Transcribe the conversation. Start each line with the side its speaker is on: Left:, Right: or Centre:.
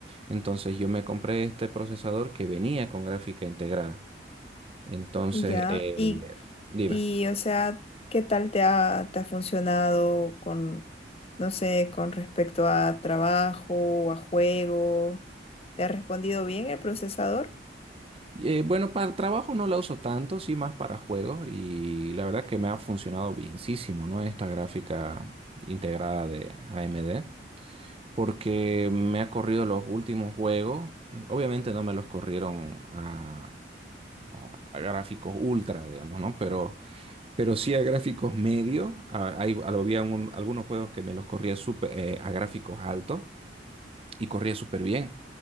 Right: Entonces yo me compré este procesador que venía con gráfica integrada. Entonces,
Left: ya.
Right: eh,
Left: Y,
Right: dime.
Left: y o sea, ¿qué tal te ha, te ha funcionado con, no sé, con respecto a trabajo, o a juego? ¿Te ha respondido bien el procesador?
Right: Eh, bueno, para trabajo no la uso tanto, sí más para juegos y la verdad que me ha funcionado bienísimo, ¿no? Esta gráfica integrada de AMD, porque me ha corrido los últimos juegos, eh, obviamente no me los corrieron a, a- a gráficos ultra, digamos, ¿no? Pero, pero sí a gráficos medios, hay, había un- algunos juegos que me los corría súper, eh, a gráficos altos y corría súper bien,